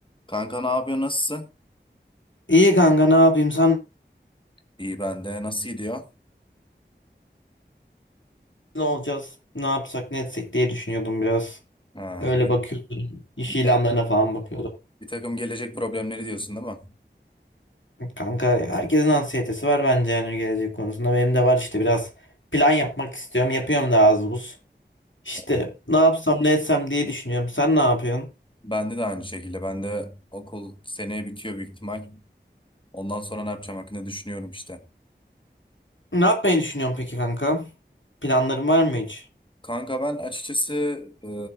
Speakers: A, on the left (about 25°); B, on the left (about 85°).
A: Kanka ne yapıyor? Nasılsın?
B: İyi kanka ne yapayım sen
A: İyi ben de. Nasıl gidiyor?
B: ne olacağız ne yapsak ne etsek diye düşünüyordum biraz.
A: Ha,
B: Öyle
A: git,
B: bakıyordum iş
A: bir,
B: ilanlarına
A: tak-
B: falan bakıyordum.
A: bir takım gelecek problemleri diyorsun değil mi?
B: Kanka herkesin anksiyetesi var bence yani gelecek konusunda benim de var işte biraz plan yapmak istiyorum yapıyorum da az buz. İşte
A: Evet.
B: ne yapsam ne etsem diye düşünüyorum sen ne yapıyorsun?
A: Bende de aynı şekilde. Ben de okul seneye bitiyor büyük ihtimal. Ondan sonra ne yapacağım hakkında düşünüyorum işte.
B: Ne yapmayı düşünüyorsun peki kanka? Planların var mı hiç?
A: Kanka ben açıkçası e,